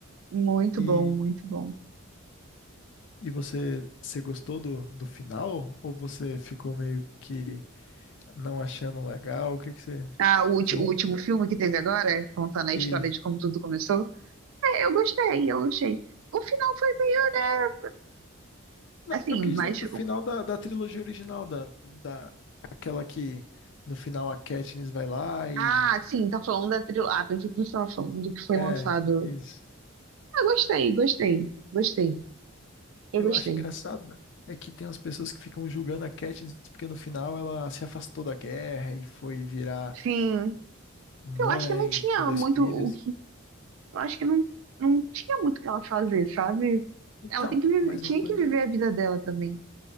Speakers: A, on the right; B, on the left.
A: Muito
B: E,
A: bom, muito bom.
B: e você, você gostou do, do final? Ou você ficou meio que não achando legal? O que que você,
A: Ah, o, ulti-
B: você
A: o último filme que teve agora, contando a
B: lembra?
A: história de como tudo começou, é, eu gostei, eu gostei. O final foi meio, né?
B: Não,
A: Assim,
B: eu quis
A: mas.
B: dizer do final da, da trilogia original, da, da, aquela que no final a Katniss vai lá e.
A: Ah, sim, tá falando da trilha, Ah, pensei que você tava falando do que foi
B: É,
A: lançado.
B: isso.
A: Ah, gostei, gostei, gostei. Eu
B: Eu
A: gostei.
B: acho engraçado é que tem umas pessoas que ficam julgando a Katniss porque no final ela se afastou da guerra e foi virar
A: Sim.
B: mãe
A: Eu acho que não tinha
B: com dois
A: muito
B: filhos.
A: o que. Eu acho que não, não tinha muito o que ela fazer, sabe?
B: Então,
A: Ela tem que viver-
B: mais
A: tinha
B: uma coisa.
A: que viver a vida dela também,